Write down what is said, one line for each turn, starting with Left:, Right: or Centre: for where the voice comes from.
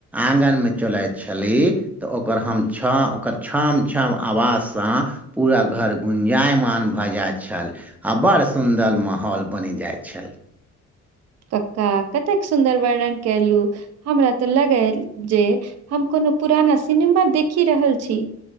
Centre: आंगन में चलैत छली तऽ ओकर हम छौ ओकर छम छम आवाजसँ पूरा घर गुंजायमान भऽ जाइत छल आ बड़ सुन्दर माहौल बनि जाइत छल
Right: कका कतेक सुन्दर वर्णन कैलु हमरा तऽ लगय जे हम कोनो पुराना सिनेमा देखि रहल छी